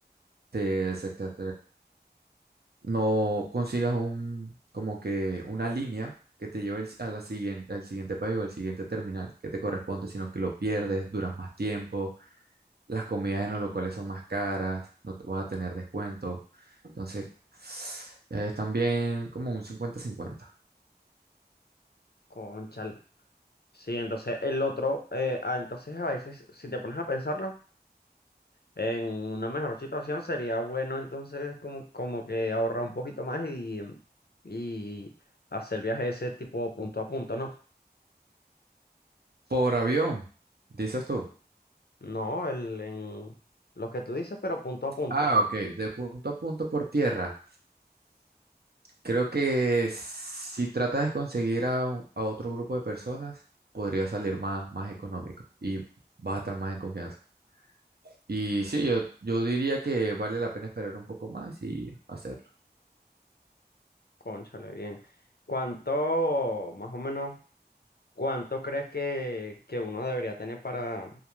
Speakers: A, on the right; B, on the left.
A: te, descarta- no consigas un, como que una línea que te lleve al- a la siguiente, al siguiente país o al siguiente terminal que te corresponde, sino que lo pierdes, duras más tiempo, las comidas en los locales son más caras, no te vas a tener descuento. Entonces, es también como un cincuenta cincuenta
B: Cónchale. Sí, entonces el otro, eh, ah, entonces a veces, si te pones a pensarlo, en una mejor situación sería bueno entonces como, como que ahorrar un poquito más y, y hacer el viaje ese tipo punto a punto, ¿no?
A: Por avión, dices tú.
B: No, el, en lo que tú dices, pero punto a punto.
A: Ah, ok, de punto a punto por tierra. Creo que si tratas de conseguir a, un- a otro grupo de personas, podría salir más, más económico y vas a estar más en confianza. Y sí, yo, yo diría que vale la pena esperar un poco más y hacerlo.
B: Cónchale, bien. ¿Cuánto, más o menos, cuánto crees que, que uno debería tener para,